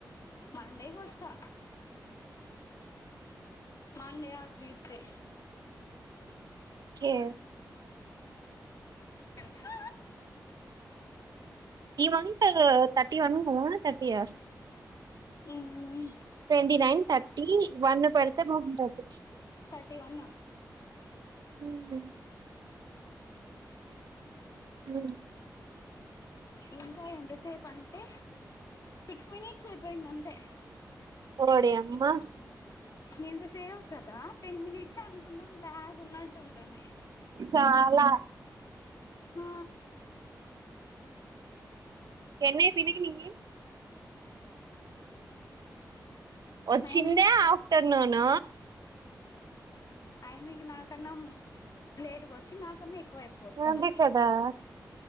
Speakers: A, on the left; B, on the right.
A: మండే కోస్తా మండే ఆర్ ట్యూస్ డే
B: ఒకే
A: తిన్న
B: ఈ మంత్ తర్టీ వన్ పోవ ఏ హాస్టల్
A: ఉహు
B: ట్వంటీ నైన్ థర్టీ వన్ పెడితే బాగుంటది
A: థర్టీ వన్
B: ఉ హు
A: ఇంకా ఎంతసేపు అంటే సిక్స్ మినిట్స్ అయిపోయింది అంతే
B: ఓడి అమ్మా
A: ఇంత సేపు కదా టెన్ మినిట్స్ అ కుండం బ్లాక్ ఉన్నట్టు ఉంటుంది
B: చాలా
A: ఆ
B: ఎన్న పినగి న వచ్చిందే
A: టైమే
B: ఆఫ్టర్నూన్
A: ఆమెకి నాకన్న లేట్గా వచ్చి నాకన్నా ఎక్కువ అయిపు కొడుతుంది
B: అదే కదా